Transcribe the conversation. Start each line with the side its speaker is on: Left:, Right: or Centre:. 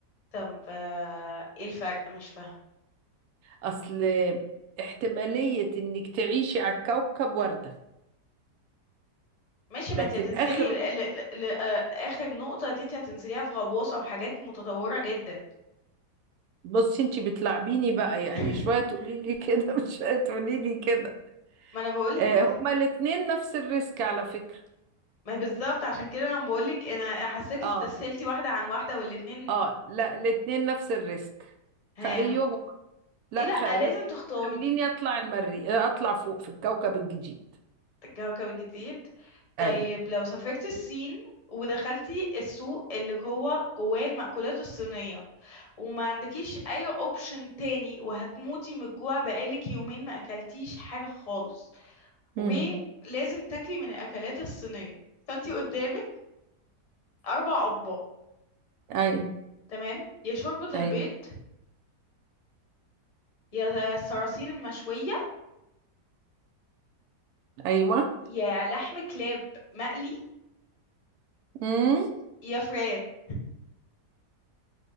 Left: طب آه، ايه الفرق مش فاهمة
Right: اصل احتمالية انك تعيشي على الكوكب وردة
Left: ماشي ما
Right: لكن
Left: انت هتنزلي
Right: اخر
Left: ل... ل... ل... آه، اخر نقطة دي انت هتنزليها في غواصة وحاجات متطورة جدا
Right: بصي انتي بتلعبيني بقى يعني
Left: <laughs>
Right: شوية تقولي لي كده <laughs> وشوية تقولي لي كده
Left: ما انا بقولك
Right: آه هما الاتنين نفس الريسك على فكرة
Left: ما هي بالظبط عشان كده انا بقولك انا حاساكي
Right: اه
Left: استسهلتي واحدة عن واحدة والاتنين
Right: اه لا الاتنين نفس الريسك
Left: ها
Right: فأيهم لا,
Left: ايه لا
Right: خ... لا
Left: لازم تختاري
Right: خليني اطلع المري آه، اطلع فوق في الكوكب الجديد
Left: كوكب جديد طيب
Right: اي
Left: لو سافرت الصين ودخلتي السوق اللي هو جواه المأكولات الصينية وما عندكيش اي اوبشن تاني وهتموتي من الجوع بقالك يومين ما اكلتيش حاجة خالص
Right: مم.
Left: ولازم تاكلي من الأكلات الصينية فأنتي قدامك أربع أطباق
Right: اي
Left: تمام يا شوربة البيض
Right: ايوه
Left: يا الصراصير المشوية
Right: ايوه
Left: يا لحم كلاب مقلي
Right: مم.
Left: يا فران